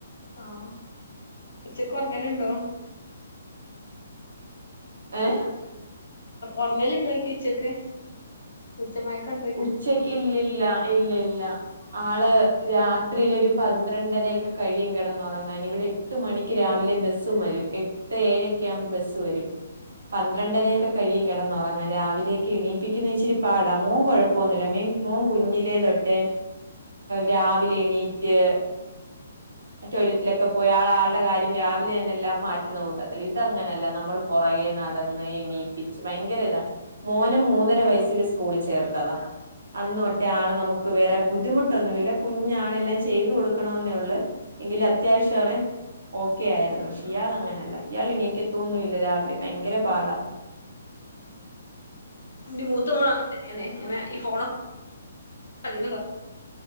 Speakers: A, on the left (about 65°); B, on the right (about 70°).
A: ആഹ് ഉച്ചയ്ക്ക് ഉറങ്ങലുണ്ടോ?
B: ഏഹ്
A: ഉറങ്ങൽ ഉണ്ടോ എന്ന് ചോദിക്കുവാ ഉച്ചയ്ക്ക് ഉച്ചമയക്കം- ഉണ്ടോയ്ക്ക
B: ഉച്ചയ്ക്ക് ഇല്ലല്ല ഇല്ല ഇല്ല. ആള് രാത്രിയിൽ ഒരു പന്ത്രണ്ടരൊക്കെ കഴിയും കിടന്നുറങ്ങാൻ ഇവിടെ- എട്ട് മണിക്ക് രാവിലെ ബസ്സും വരും എട്ട് ഏഴക്കെ ആവുമ്പോ ബസ് വരും. പന്ത്രണ്ടരൊക്കെ
A: ഉം
B: കഴിയും കിടന്നുറങ്ങാൻ രാവിലേക്ക് എണീയിപ്പിക്കുന്ന ഇച്ചിരി പാടാ മോന് കൊഴപ്പം- പോന്നില്ല മീൻ മോൻ കുഞ്ഞിലേ തൊട്ടേ രാവിലെ എണീറ്റ്- <unintelligible> ടോയ്ലറ്റിലൊക്കെ പോയ ആള ആളുടെ കാര്യം രാവിലെ തന്നെ എല്ലാം മാറ്റുന്ന കൂട്ടത്തില്ല ഇതങ്ങനെയല്ല നമ്മൾ- പുറകെ നടന്ന് എണീപ്പിച്ച് ഭയങ്കര ഇതാ മോന് മൂന്നര വയസ്സിൽ സ്കൂളിൽ ചേർ. തഥാ- അന്ന് തൊട്ടേ ആള് നമുക്ക് വേറെ ബുദ്ധിമുട്ടൊന്നുമല്ല കുഞ്ഞാണെല്ലാം ചെയ്ത് കൊടുക്കണെന്നേ ഉള്ളു. എങ്കിലും അത്യാവശ്യം അവൻ- ഓക്കേ ആയിരുന്നു പക്ഷേ ഇയാൾ അങ്ങനെയല്ല ഇയാൾ എനിക്കത് ഒന്നുമില്ല രാവിലെ ഭയങ്കര പാടാ-
A: എന്റെ മൂത്ത മോള അങ്ങനെ തന്നെയണേ ഇങ്ങനെ ഈ ഫോണ് അധി-